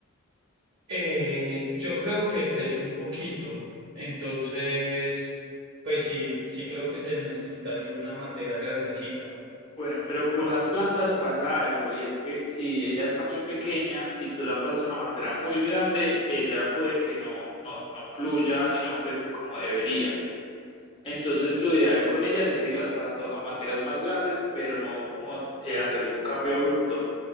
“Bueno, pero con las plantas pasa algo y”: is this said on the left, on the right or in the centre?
Left